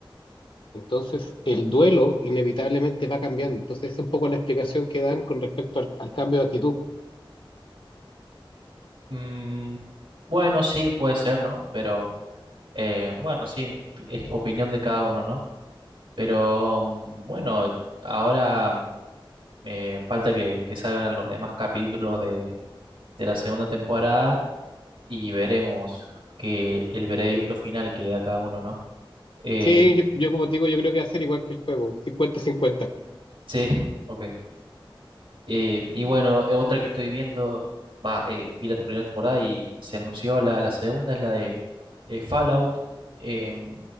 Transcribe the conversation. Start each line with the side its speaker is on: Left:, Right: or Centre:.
Left: Entonces, el duelo inevitablemente va cambiando. Entonces, es un poco la explicación que dan con respecto al, al cambio de actitud.
Right: Mm, bueno, sí, puede ser, ¿no? Pero... Eh, bueno, sí, es opinión de cada uno, ¿no? Pero mm, bueno, ahora mm, eh, falta que, que salgan los demás capítulos de, de la segunda temporada y veremos que el veredicto final que le da cada uno, ¿no? Eh,
Left: Sí, yo, yo como te digo, yo creo que va a ser igual que el juego, cincuenta cincuenta
Right: sí, ok. Eh, y bueno, eh, otra que estoy viendo, va, eh, vi la te- primera temporada y se anunció la, la segunda, es la de eh, Fallout. Em,